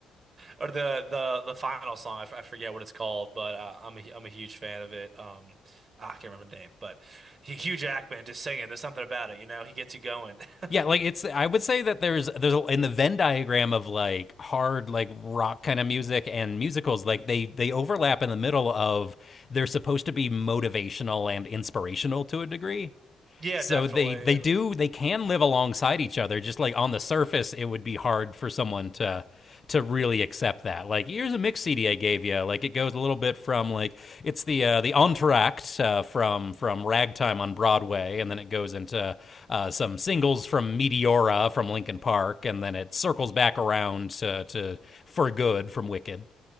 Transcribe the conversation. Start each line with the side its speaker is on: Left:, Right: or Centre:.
Right: Or the the the final song. I, f- I forget what it's called, but uh, I'm ai am a huge fan of it. Um, ah, I can't remember the name, but Hugh Jackman just singing. There's something about it, you know. He gets you going. <laughs>
Left: Yeah, like it's I would say that there's there's a- in the Venn diagram of like hard like rock kind of music and musicals like they they overlap in the middle of they're supposed to be motivational and inspirational to a degree
Right: Yeah,
Left: so
Right: definitely.
Left: they they do they can live alongside each other. Just like on the surface, it would be hard for someone to to really accept that. Like here's a mix CD I gave you. Like it goes a little bit from like it's the uh, the entr'acte uh, from from Ragtime on Broadway, and then it goes into uh, some singles from Meteora from Linkin Park, and then it circles back around to, to For Good from Wicked.